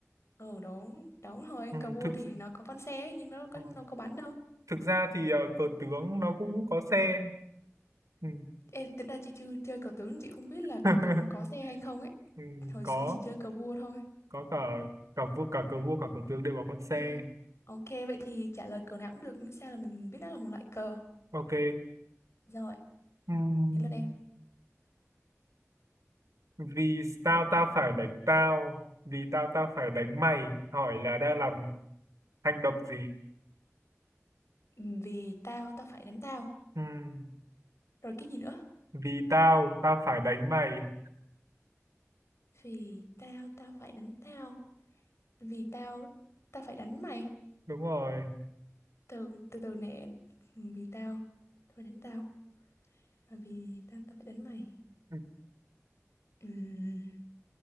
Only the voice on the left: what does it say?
Ừ đúng, đúng rồi.
Cờ vua
thì nó có con xe ấy, nhưng nó có
nó có bắn đâu.
Ê, tính ra chị chưa chơi cờ tướng, chị không biết là cờ
tướng nó có xe hay không ấy.
Hồi
xưa chị chơi cờ vua thôi.
Ừ. Ok, vậy thì trả lời cờ nào cũng được, miễn sao là mình biết nó là một loại cờ.
Rồi,
đến lượt em.
Ừ, Vì tao, tao phải đánh tao.
Rồi cái gì nữa?
Vì tao, tao phải đánh tao. Vì tao, tao phải đánh mày.
từ từ từ nè vì tao thôi đánh tao mà vì tao tao phải đánh mày
Ừm,